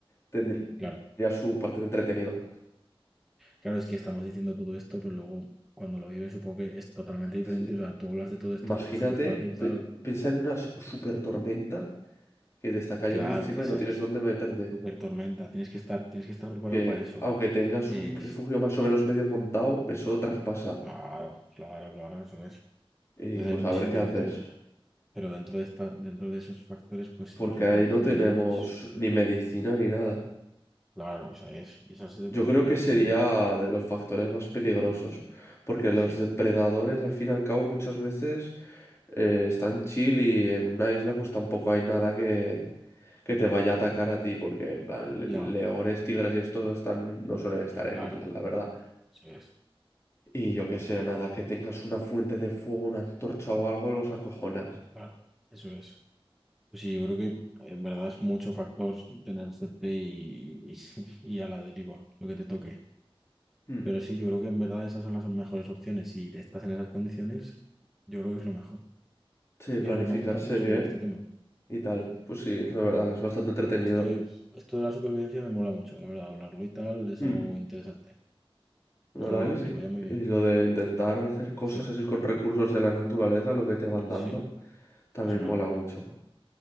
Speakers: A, on the left; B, in the centre.
A: tendría
B: claro,
A: su parte de entretenido.
B: claro, es que estamos diciendo todo esto, pero luego cuando lo vives supongo que es totalmente diferente.
A: Sí.
B: O sea, tú hablas de todo esto
A: Imagínate,
B: súper fácil, tal.
A: pe- piensa en una super tormenta que te está cayendo
B: Claro,
A: encima
B: esa
A: y no tienes
B: es.
A: dónde meterte.
B: Súper tormenta. Tienes que estar, tienes que estar preparado
A: Que
B: para eso.
A: aunque tengas
B: Es.
A: un refugio más o menos medio montado, eso traspasa.
B: Claro, claro, claro, eso es.
A: Y
B: Entonces
A: pues
B: hay muchísimos
A: a ver qué haces.
B: factores, pero dentro de esta, dentro de esos factores, pues
A: Porque
B: intentando
A: ahí no
B: sobrevivir,
A: tenemos
B: pues
A: ni medicina ni nada.
B: claro, o sea, es, y esa se te
A: Yo
B: puede
A: creo
B: liar
A: que sería
B: también.
A: de los factores más peligrosos, porque
B: Sí,
A: los depredadores al fin y al cabo muchas veces eh, están chill y en una isla pues tampoco hay nada que, que te vaya a atacar a ti, porque en plan le-
B: ya,
A: leones, tigres y estos están, no suelen estar
B: claro,
A: en islas, la verdad.
B: eso es,
A: Y yo que sé, nada, que tengas una fuente de fuego, una antorcha o algo, los acojonas.
B: claro, eso es. Pues sí, yo creo que en verdad es mucho factor tener suerte y, y, <laughs> y a la deriva, lo que te toque.
A: Hmm,
B: Pero sí, yo creo que en verdad esas son las mejores opciones. Si te estás en esas condiciones, yo creo que es lo mejor.
A: Sí,
B: Oye,
A: planificarse
B: pues me ha gustado mucho
A: bien
B: este tema.
A: y tal. Pues sí, la verdad es bastante entretenido.
B: Es que esto de la supervivencia me mola mucho, la verdad, hablarlo y tal es
A: Hmm.
B: algo interesante.
A: La
B: Pues
A: verdad
B: nada,
A: que sí.
B: que vaya muy bien.
A: Y lo de intentar hacer cosas
B: Sí,
A: así con recursos de la naturaleza, lo que te van
B: sí,
A: dando, también
B: es una
A: mola
B: locura.
A: mucho.